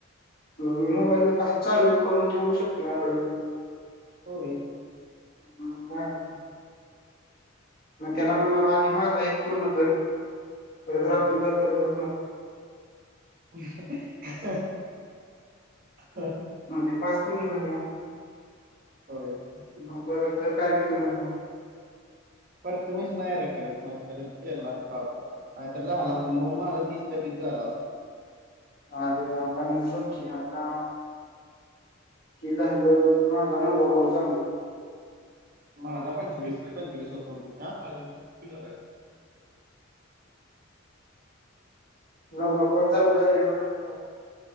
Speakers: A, on the left; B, on the right.
A: मोबाईल पासून चालू करून ठेवू शकतो आक
B: होय
A: ह करच मग त्याला ना आधी माझ आहेत पूर्ण कर परजरात
B: हा
A: जर करतस न
B: <inaudible>
A: म्हणजे पाचपूर नगर
B: ह
A: परत काय ठ करणार
B: पर तुम्च नाही र करत नाही तरी श लागता आपर नाहीतर झाला मग माझा तीसच्या तीस झाला
A: अ आता मुगब ककी आता कि झालं माहाझा न कचम
B: माझ पंचवीस पंचवीस वय दील
A: न वापण चालू झाले म